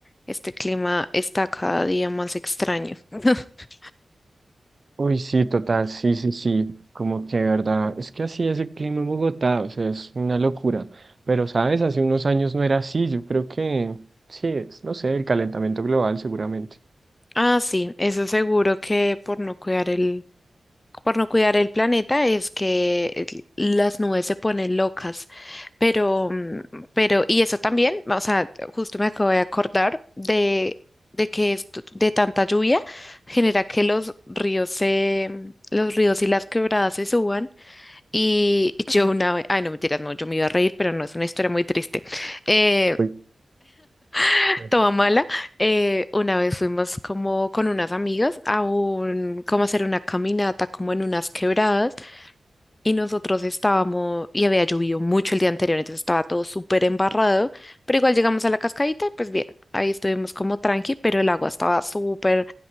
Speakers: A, on the left; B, on the right.
A: Este clima está cada día más extraño. <laughs>
B: Uy, sí, total, sí, sí, sí, como que de verdad, es que así es el clima en Bogotá, o sea, es una locura, pero sabes, hace unos años no era así, yo creo que sí es, no sé, el calentamiento global seguramente.
A: Ah, sí, eso seguro que por no cuidar el, por no cuidar el planeta es que el- las nubes se ponen locas, pero, mm, pero, y eso también, o sea, justo me acabo de acordar de, de que esto- de tanta lluvia genera que los ríos se, mm, los ríos y las quebradas se suban y yo una vez, ay no mentiras, no, yo me iba a reír, pero no, es una historia muy triste, eh,
B: Uy,
A: <laughs>
B: cuenta,
A: toda mala, eh, una vez fuimos como con unas amigas a un, como a hacer una caminata como en unas quebradas y nosotros estábamos, y había llovido mucho el día anterior, entonces estaba todo súper embarrado, pero igual llegamos a la cascadita, y pues bien, ahí estuvimos como tranqui, pero el agua estaba súper,